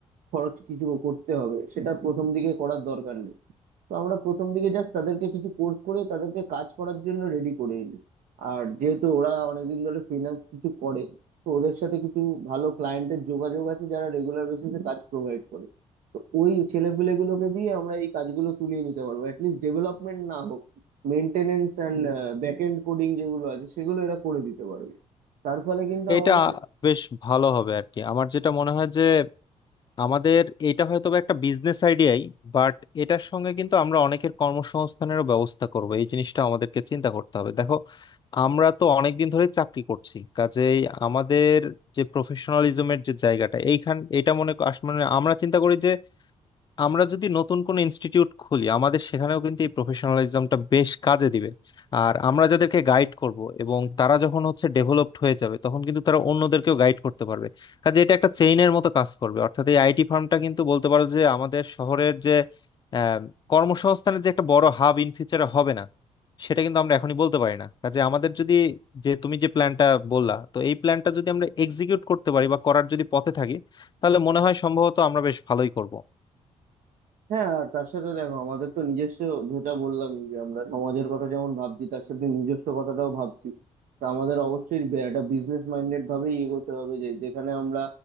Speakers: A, on the right; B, on the left.
A: খরচ কিছু করতে হবে সেটা প্রথম দিকে করার দরকার নেই তো আমরা প্রথম দিকে জাস্ট তাদেরকে কিছু কোর্স করে তাদেরকে কাজ করার জন্য রেডি করে এলি আর যেহেতু ওরা অনেকদিন ধরে ফ্রিল্যান্স কিছু করে তো ওদের সাথে কিছু ভালো ক্লায়েন্টের যোগাযোগ আছে যারা রেগুলার বেসিসে কাজ প্রোভাইড করে তো ওই ছেলেপিলেগুলোকে দিয়ে আমরা এই কাজগুলো তুলিয়ে নিতে পারবো অ্যাটলিস্ট ডেভেলপমেন্ট না হোক maintenance and back end coding যেগুলো আছে সেগুলো এরা করে দিতে পারবে তার ফলে কিন্তু
B: এটা
A: আমাদের
B: বেশ ভালো হবে আর কি আমার যেটা মনে হয় যে আমাদের এটা হয়তো বা একটা বিজনেস আইডিয়াই বাট এটার সঙ্গে কিন্তু আমরা অনেকের কর্মসংস্থানেরও ব্যবস্থা করব এই জিনিসটা আমাদেরকে চিন্তা করতে হবে দেখো আমরা তো অনেকদিন ধরে চাকরি করছি কাজেই আমাদের যে প্রফেশনালিজমের যে জায়গাটা এইখান এটা মনে ক- আস- মানে আমরা চিন্তা করি যে আমরা যদি নতুন কোনো ইনস্টিটিউট খুলি আমাদের সেখানেও কিন্তু এই প্রফেশনালিজমটা বেশ কাজে দিবে আর আমরা যাদেরকে গাইড করব এবং তারা যখন হচ্ছে ডেভেলপড হয়ে যাবে তখন কিন্তু তারা অন্যদেরকেও গাইড করতে পারবে কাজে এটা একটা চেইনের মতো কাজ করবে অর্থাৎ এই আইটি ফার্মটা কিন্তু বলতে পারো যে আমাদের শহরের যে আহ, কর্মসংস্থানের যে একটা বড় হাব ইন ফিউচারে হবে না সেটা কিন্তু আমরা এখনই বলতে পারি না কাজে আমাদের যদি যে তুমি যে প্ল্যানটা বললা তো এই প্ল্যানটা যদি আমরা এক্সিকিউট করতে পারি বা করার যদি পথে থাকি তাহলে মনে হয় সম্ভবত আমরা বেশ ভালোই করব
A: হ্যাঁ আর তার সাথে দেখো আমাদের তো নিজস্ব যেটা বললাম যে আমরা সমাজের কথা যেমন ভাবছি তার সাথে নিজস্ব কথাটাও ভাবছি তা আমাদের অবশ্যই বে- একটা বিজনেস মাইন্ডেড ভাবেই এগোতে হবে যে যেখানে আমরা